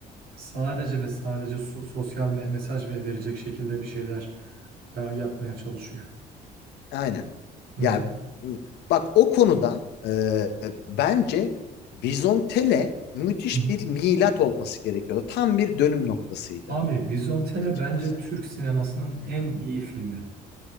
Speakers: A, on the right; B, on the left.
A: sadece ve sadece so- sosyal me- mesaj ve verecek şekilde bir şeyler ya yapmaya çalışıyor.
B: Aynen.
A: Hı hı.
B: Yani m, bak o konuda e, bence Vizontele müthiş
A: Hı. hı.
B: bir milat olması gerekiyordu. Tam bir dönüm noktasıydı
A: Abi Vizontele
B: açıkçası.
A: bence Türk sinemasının
B: Hı
A: en
B: hı.
A: iyi filmi.